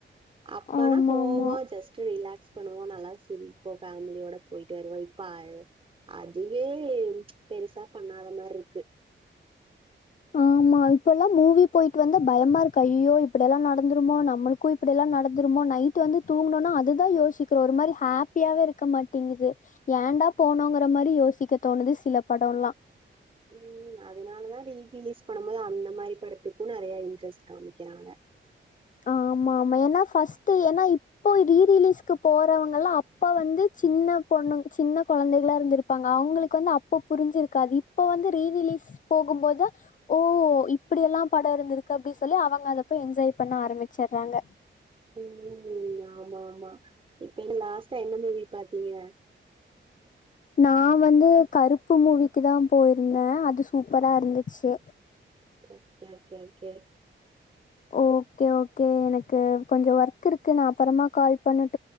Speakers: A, on the right (about 25°); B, on the left (about 40°).
A: அப்பல்ல
B: ஆமா
A: போவோம்
B: ஆமா
A: ஜஸ்ட்டு ரிலாக்ஸ் பண்ணுவோம் நல்லா சரி இப்போ ஃபேமிலியோட போயிட்டு வருவோம் இப்ப அ அது வே பெருசா பண்ணாத மாரி இருக்கு
B: ஆமா இப்ப எல்லா மூவி போயிட்டு வந்தா பயமா இருக்க ஐயோ இப்படெல்லா நடந்துருமோ நம்மளுக்கும் இப்படில்லா நடந்துருமோ நைட் வந்து தூங்கணுனா அதுதா யோசிக்கிறோ ஒரு மாரி ஹாப்பியாவே இருக்க மாட்டேங்குது ஏண்டா போனோங்கிற மாரி யோசிக்க தோணுது சில படல்லா
A: ம் அதனாலதா ரீ ரிலீஸ் பண்ணும் போது அந்த மாரி படத்துக்கும் நறைய இன்ட்ரெஸ்ட் காமிக்கிறாங்க
B: ஆமா ஆமா ஏன்னா ஃபஸ்ட் ஏன்னா இப்போ ரீ ரிலீஸ்க்கு போறவங்கல்லா அப்ப வந்து சின்ன பொண்ணு சின்ன கொழந்தைகளா இருந்திருப்பாங்க அவுங்களுக்கு வந்து அப்ப புரிஞ்சிருக்காது இப்ப வந்து ரீ ரிலீஸ் போகும் போதா ஓ இப்டி எல்லா படம் இருந்திருக்கு அப்டி சொல்லி அவுங்க அதப்போய் என்ஜாய் பண்ண ஆரம்பிச்சுறாங்க
A: ம் ஆமா ஆமா இப்ப நீங்க லாஸ்டா என்ன மூவி பாத்தீங்க
B: நா வந்து கருப்பு மூவிக்கிதா போயிருந்தே அது சூப்பரா இருந்துச்சி
A: ஒகே கே கே
B: ஓகே ஓகே எனக்கு கொஞ்சோ ஒர்க் இருக்கு நா அப்புறமா கால் பண்ண